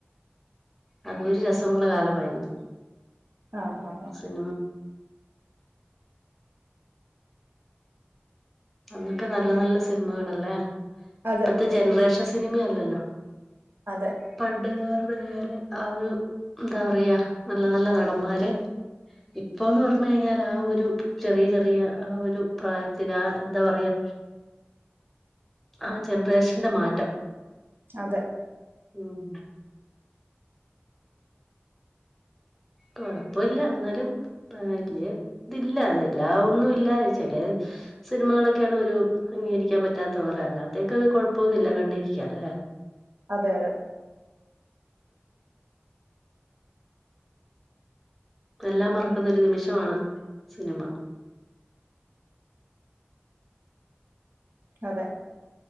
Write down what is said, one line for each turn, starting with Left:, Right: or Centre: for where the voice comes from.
Centre: അതൊരു രസമുള്ള- കാലമായിരുന്നു,
Right: ആ ആ ആ
Centre: സ- അന്നൊക്കെ നല്ല, നല്ല- സിനിമകളല്ലേ?
Right: അതെ
Centre: ഇപ്പത്തെ ജനറേഷൻ സിനിമല്ലല്ലോ.
Right: അതെ.
Centre: പണ്ടുകാരുടൊയല് ആ ഒരു- എന്താ പറയാ നല്ല, നല്ല നടന്മാര്. ഇഇപ്പോന്ന് പറഞ്ഞു കഴിഞ്ഞാൽ, ആ ഒരു ചെറിയ, ചെറിയ ആ ഒരു പ്രായത്തിൽ ആഹാ, എന്താ പറയാ ആ ജനറേഷന്റെ മാറ്റം.
Right: അതെ,
Centre: ഉം.. കുഴപ്പമില്ല എന്നാലും, പല്യ ഇതില്ല അത എല്ലാ ഒന്നും- ഇല്ലാച്ചേ. സിനിമകളൊക്കെയാണ് ഒരു- അംഗീകരിക്കാൻ പറ്റാത്ത പോലെ- അല്ലാത്തേക്കെ കുഴപ്പമൊന്നു ഇല്ല. കണ്ടിരിക്ക അല്ലേ?
Right: അതെ, അതെ.
Centre: എല്ലാം മറക്കുന്നൊ ഒരു- നിമിഷമാണ് സിനിമ.
Right: അതെ